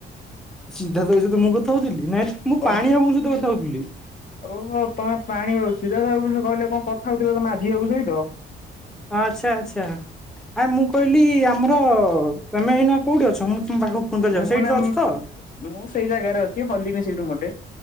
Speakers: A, in the centre; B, on the left.
A: ସିଦ୍ଧାର୍ଥ ବିଷୟରେ ତ ମୁଁ କଥା ହଉଥିଲି ନାଇଁ ତ ମୁଁ
B: କଣ?
A: ପାଣି ବାବୁଙ୍କ ସହିତ କଥା ହଉଥିଲି।
B: ଓହୋ ତମେ ପାଣି ବାବୁ ସିଦ୍ଧାର୍ଥ ବାବୁଙ୍କ ସେ କହିଲେ କଣ କଥା ହଉଥିଲ ତ ମାଝି ବାବୁ ସହିତ।
A: ଆଚ୍ଛା ଆଚ୍ଛା। ଆ ମୁଁ କହିଲି ଆମର ତମେ ଏଇନା କୋଉଠି ଅଛ ମୁଁ <unintelligible>
B: ମୁଁ
A: ସେଇଠି
B: ଏଇନା
A: ତ ଅଛ ତ?
B: ମୁଁ ସେଇ ଜାଗାରେ ଅଛି ହଲିିନି ସେଇଠୁ ମୋଟେ